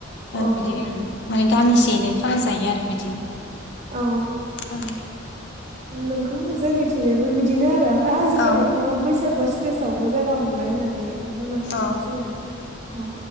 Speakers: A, on the left; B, on the right.
A: बिदि
B: औ
A: ओ माने गामिसेयैनो खान जायो आरो बिदि
B: औ
A: ओमफ्राय
B: नोंगौ जोंनिथिंजायबो बिदि बिदिनो आरो ओमफ्राय आजिखालिथ
A: औ
B: बैसागु स्टेजावबो जायगा मोनबाय होननानै बुंनांगोन
A: औ
B: जोङो